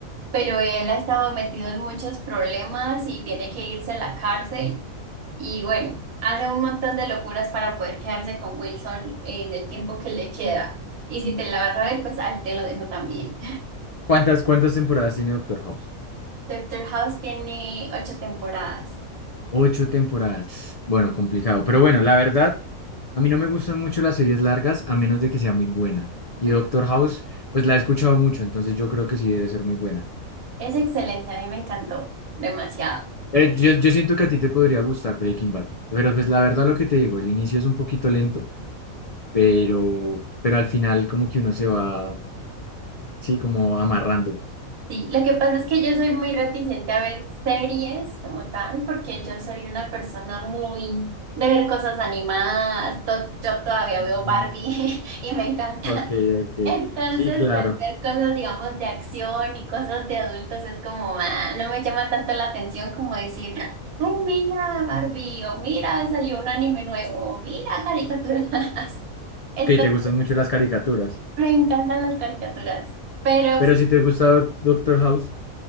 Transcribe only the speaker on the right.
Pero él ha estado metido en muchos problemas y tiene que irse a la cárcel y bueno, hace un montón de locuras para poder quedarse con Wilson en el tiempo que le queda. Y si te la vas a ver, pues ahí te lo dejo también.
<laughs> Doctor House tiene ocho temporadas.
Mm.
Es excelente, a mí me encantó demasiado.
Sí, lo que pasa es que yo soy muy reticente a ver series como tal, porque yo soy una persona muy de ver cosas animadas. to- yo todavía
veo Barbie <laughs> y me encanta.
Entonces,
pues, ver cosas, digamos, de acción y cosas de adultos es como, ah, no me llama tanto la atención como decir, ay, mira Barbie, o mira, salió un anime nuevo, o mira caricaturas. <laughs> Entonces,
me encantan las caricaturas. Pero